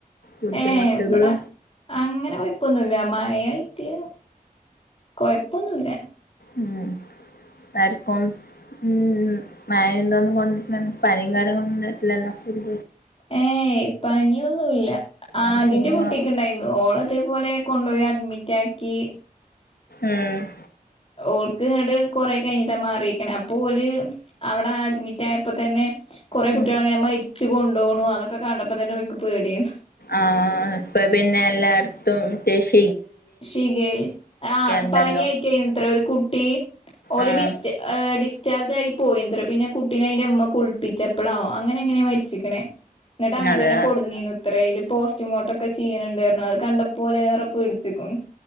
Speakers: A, on the left (about 80°); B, on the left (about 40°).
A: ബുദ്ധിമുട്ടുകള്
B: ഏ എവിടാ അങ്ങനെ കൊയിപ്പൊന്നുമില്ല മഴയായിട്ട് കൊഴപ്പ അപ്പൊന്നുമല്ല
A: ഉ ആർക്കും ഉ മയ ഒന്നും കൊണ്ടി പനിയും കാര്യങ്ങളൊന്നും തട്ടില്ലല്ലോ ഒരു
B: ഏ ഇപ്പനിയൊന്നുമല്ല ആടിന്റെ
A: അസുഖങ്ങളൊക്കെ
B: കുട്ടിക്ക് ഉണ്ടായിരുന്നു ഓള അതേപോലെ കൊണ്ടപോയി മിറ്റാാക്കി
A: ഉം
B: ഓൾക്ക് അങ്ങട്ട്കൊറെ കഴിഞ്ഞിട്ടാ മാറിയിരിക്കണേ അപ്പൊ ഒരു അവിടെ അഡ്മിറ്റ് ആയപ്പോ തന്നെ കുറെേ
A: ഉം
B: കുട്ടികൾ അങ്ങനെ മരിച്ചുൊണ്ട് ോണു അതൊക്കെ കണ്ടപ്പോ തന്നെഓക്ക് പേടിയായി
A: ആഹ ഇപ്പൊ പിന്നെ എല്ലാർത്തും ടെ ഷ്
B: ശിഖേൽ ആഹ
A: ഉണ്ടല്ലോ
B: പാനായിട്ടായി ഇത്ര ഒരു കുട്ട <inaudible> ഓല
A: ആഹ്
B: ഡിസ്റ്റ് ഡി ചാർജ് ആയി പോയന്ത്ര പിന്നെ കുട്ടീെ അയിന്റെ അമ്മ കുളിപ്പിച്ചപ്പളാോ അങ്ങനെ എങ്ങനെയാ മരിച്ചിക്കണേ എന്നിട്ട് അങ്ങട്ട
A: അതെ
B: തന്നെ കൊടുുന്നീന്ന് ഇത്രൽ പോസ്റ്റ്ുമോർട്ടം ഒക്കെ ചെയ്യുണ്ടായിരുന്നു അത് കണ്ടപ്പോ പോലെേറെ പേടിിച്ചു ച്ചിക്കണു